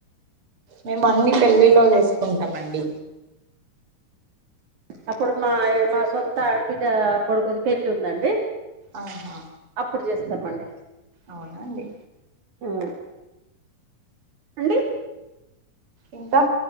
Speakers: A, on the right (about 40°); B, on the right (about 55°).
A: మేము అన్ని పెళ్ళిలో చేసుకుంటామ అండి
B: అప్పుడు, మా, మా, సొంత, ఆడబిడ్డ, కొడుకుది, పెళ్లి, ఉందండి.
A: ఆహా,
B: అప్పుడు, చేస్తామమండి.
A: అవునా, అండి
B: ఆ, అండి,
A: ఇంకా,